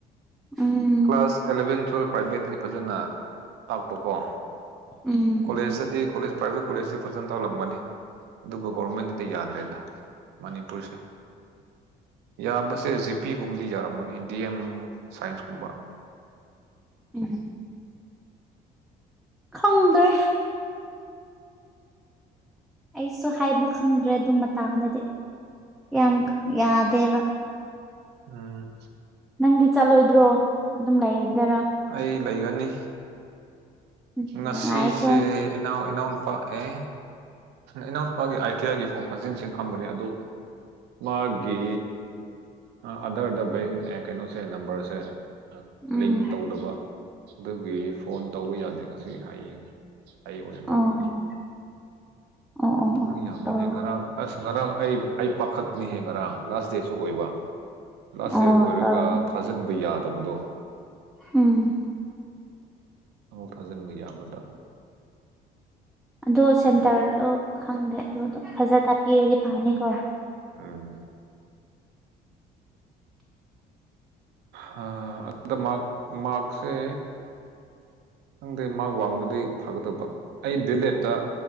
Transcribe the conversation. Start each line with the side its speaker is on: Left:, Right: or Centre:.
Centre: ꯎꯝ
Right: ꯀ꯭ꯂꯥꯁ ꯑꯦꯂꯚꯦꯟ ꯇꯨꯋꯜꯕ ꯄ꯭ꯔꯥꯏꯚꯦꯠꯇꯗꯤ ꯐꯖꯅ ꯇꯥꯛꯄꯀꯣ
Centre: ꯎꯝ
Right: ꯀꯣꯂꯦꯖꯇꯗꯤ ꯀꯣꯂꯦꯖ ꯄ꯭ꯔꯥꯏꯚꯦꯠ ꯀꯣꯂꯦꯖꯇ ꯐꯖꯅ ꯇꯥꯛꯂꯝꯒꯅꯤ ꯑꯗꯨꯕꯨ ꯒꯣꯚꯔꯃꯦꯟꯗꯗꯤ ꯌꯥꯗ꯭ꯔꯦꯗ ꯃꯅꯤꯄꯨꯔꯁꯦ ꯌꯥꯕꯁꯦ ꯖꯤꯄꯦꯒꯨꯝꯕꯗꯤ ꯌꯥꯔꯝꯒꯅꯤ ꯗꯤ ꯑꯦꯝ ꯁꯥꯏꯟꯁ ꯀꯨꯝꯕ
Centre: ꯎꯝ ꯈꯪꯗ꯭ꯔꯦ ꯑꯩꯁꯨ ꯍꯥꯏꯕ ꯈꯪꯗ꯭ꯔꯦ ꯑꯗꯨ ꯃꯇꯥꯡꯗꯗꯤ ꯌꯥꯝ ꯌꯥꯗꯦꯕ
Right: ꯎꯝ
Centre: ꯅꯪꯗꯤ ꯆꯠꯂꯣꯏꯗ꯭ꯔꯣ ꯑꯗꯨꯝ ꯂꯩꯔꯗꯨꯏꯔꯥ
Right: ꯑꯩ ꯂꯩꯒꯅꯤ
Centre: ꯎꯝ
Right: ꯉꯁꯤꯁꯦ
Centre: ꯅꯨꯡꯉꯥꯏꯀꯣ
Right: ꯏꯅꯥꯎ ꯏꯅꯥꯎꯅꯨꯄꯥ ꯑꯦ ꯏꯅꯥꯎ ꯅꯨꯄꯥꯒꯤ ꯑꯥꯏ ꯇꯤ ꯑꯥꯏꯒꯤ ꯐꯣꯝ ꯊꯥꯖꯤꯟꯁꯤ ꯈꯪꯕꯅꯦ ꯑꯗꯨ ꯃꯥꯒꯤ ꯑꯥꯗꯔꯗ ꯕꯦꯡ ꯑꯦ ꯀꯩꯅꯣꯁꯦ ꯅꯝꯕꯔꯁꯦ
Centre: ꯎꯝ
Right: ꯂꯤꯡ ꯇꯧꯗꯕ ꯑꯗꯨꯒꯤ ꯐꯣꯟ ꯇꯧꯕ ꯌꯥꯗꯦ ꯉꯁꯤ ꯍꯌꯦꯡ ꯍꯌꯦꯡ ꯑꯣꯏꯅ
Centre: ꯑꯣ
Right: ꯇꯧꯔꯒꯦ
Centre: ꯑꯣ ꯑꯣ
Right: ꯊꯕꯛ ꯌꯥꯃꯦꯅꯦ
Centre: ꯑꯣ
Right: ꯉꯔꯥꯡ ꯑꯁ ꯉꯔꯥꯡ ꯑꯩ ꯑꯩ ꯄꯥꯈꯠꯂꯦꯍꯦ ꯉꯔꯥꯡ ꯂꯥꯁ ꯗꯦꯠꯁꯨ ꯑꯣꯏꯕ ꯂꯥꯁ
Centre: ꯑꯣ
Right: ꯗꯦꯠ ꯑꯣꯏꯔꯒ
Centre: ꯇꯧꯔꯝꯅꯤ
Right: ꯊ ꯐꯥꯖꯟꯕ ꯌꯥꯗꯕꯗꯣ
Centre: ꯎꯝ
Right: ꯑꯃꯨꯛ ꯊꯥꯖꯤꯟꯕ ꯌꯥꯕꯗ
Centre: ꯑꯗꯣ ꯁꯦꯟꯇꯔꯗꯣ
Right: ꯂꯥꯏꯔꯤꯛ
Centre: ꯈꯪꯗꯦ ꯑꯗꯨꯗꯣ ꯐꯖꯅ ꯄꯤꯔꯗꯤ ꯐꯥꯅꯤꯀꯣ
Right: ꯎꯝ ꯍꯥ ꯑꯗꯨꯗꯥ ꯃꯥꯛ ꯃꯥꯛꯁꯦ ꯈꯪꯗꯦ ꯃꯥ ꯋꯥꯡꯒꯗꯤ ꯐꯒꯗꯧꯕ ꯑꯩ ꯗꯤꯂꯦꯠꯇ